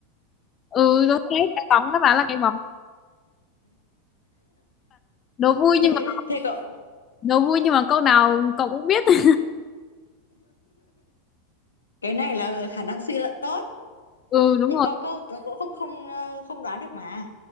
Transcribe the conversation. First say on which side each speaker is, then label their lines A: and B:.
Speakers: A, on the left; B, on the left.
A: ừ đúng thế cái bóng nó bảo là cái bóng đố vui
B: thế
A: nhưng mà
B: thế cậu
A: đố vui nhưng mà câu nào cậu cũng biết <laughs>
B: cái này là khả năng suy luận tốt
A: ừ đúng
B: những
A: rồi
B: có câu cũng không không ờ, không đoán được mà